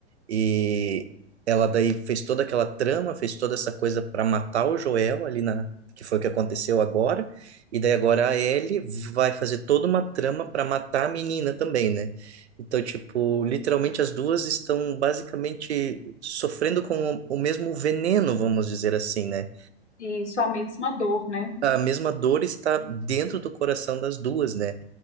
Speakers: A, on the right (about 70°); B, on the left (about 80°).
A: E ela daí fez toda aquela trama, fez toda essa coisa para matar o Joel ali na que foi o que aconteceu agora. E daí agora a Ellie vai fazer toda uma trama para matar a menina também, né? Então, tipo, literalmente as duas estão basicamente sofrendo com o o mesmo veneno, vamos dizer assim, né?
B: e isso, a mesma dor, né?
A: a mesma dor está dentro do coração das duas, né?